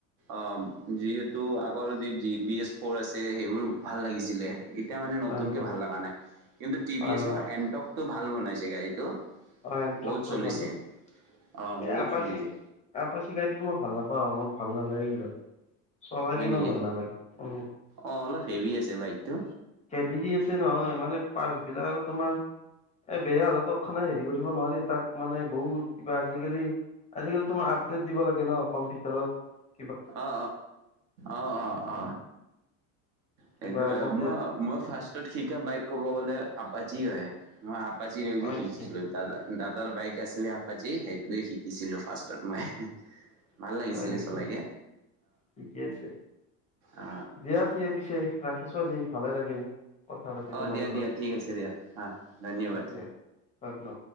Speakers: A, on the right; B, on the left.
A: অ' যিহেতু আগৰ যি বি এছ ফ'ৰ আছে সেইবোৰ ভাল লাগিছিলে। এতিয়া মানে নতুনকৈ
B: হয় হয়
A: ভাল লগা নাই কিন্তু টি
B: ভাল
A: ভি এছৰ
B: ন
A: এণ্টকটো ভাল বনাইছে গাড়ীটো।
B: অ' এনট্ৰকটো
A: বহুত চলিছে
B: ভাল বনাইছে
A: অ'
B: এই
A: বহুত
B: আপচী
A: চলিছে
B: আপচি গাড়ীটো মোক ভাল নাপাওঁ, মোৰ ভাল নালাগে ইমান চলাই
A: হয়
B: কিনেও
A: নেকি
B: ভাল নালাগে উম।
A: অ' অলপ হেভি আছে বাইকটো
B: বিজি আছে নহয় মানে পাৰ্চ বিলাক আৰু তোমাৰ এ বেয়া হ'লে ত খানাই হেৰি কৰিব নোৱাৰি, তাক মানে বহুত কিবা আজিকালি আজিকালি তুমাৰ আপডেট দিব লাগে ন কম্পিউাৰ <unintelligible>
A: অ অ অ অ সেইটো
B: কিবা কম্পিউটাৰ
A: মই মই ফাষ্টত শিকা বাইক ক'ব গলে আপচি হয় আপাচি
B: হয়
A: শিকছিলো
B: নেকি
A: দাদা দাদাৰ বাইক আছিলে আাপিচি টোৱে শিকিছিলোঁ ফাৰ্ষ্টত মই ভাল লাগিছিলে
B: হয় নেকি
A: চলাই
B: ঠিকে আছে
A: অ
B: দিয়া পিছ ৰাখিছো আজি ভালে লাগিল। কথা পাতি
A: অ
B: তোমাৰ
A: দিয়া
B: লগত
A: দিয়া ঠিক আছে দিয়া অ ধন্যবাদ
B: দিয়া ধন্যবাদ